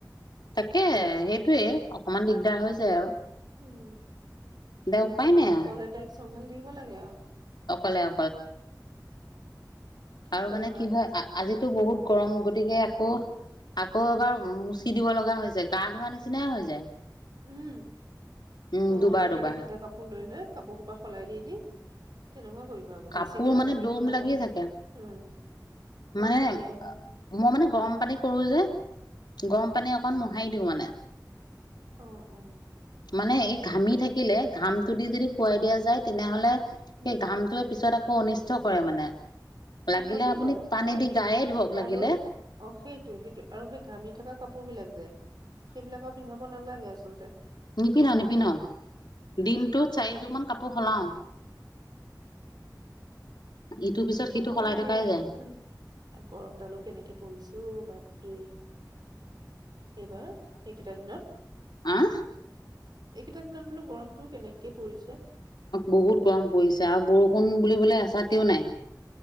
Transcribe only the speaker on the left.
তাকেহে সেইটোৱে অকমান দিগদাৰ হৈ যায় আৰু
দে
উপায়
নাই
আৰু
অকলে অকলে
আৰু
মানে কি হয় আজিতো বহুত গৰম গতিকে আকৌ আকৌ এবাৰ মুচি দিব লগা হৈছে গা ধোৱা নিচিনাই হৈ যায়
উম
দুবাৰ
দুবাৰ
কাপোৰ
মানে
দম
লাগি থাকে
মানে
মই মানে গৰম পানী কৰো যে
গৰম পানী। অকণ মোহাৰি দিওঁ মানে।
মানে এই ঘামি থাকিলে ঘামটো দি যদি শুৱাই দিয়া যায় তেনেহলে
সেই ঘামটোৱে পি। ছত আকৌ অনিষ্ট কৰে মানে লাগিলে
আপুনি
পানী
দি গায়ে। ধুৱক লাগিলে
নিপিন্ধা
নিপিন্ধাও দিনটোত চাৰিযোৰ মান কাপোৰ সলাও। ইটো পিছত। সিটো
সলাই
থকাই যায়
অহ।
বহুত গৰম পৰিছে আৰু বৰষুণ
বুলিবলে এচাতিও নাই।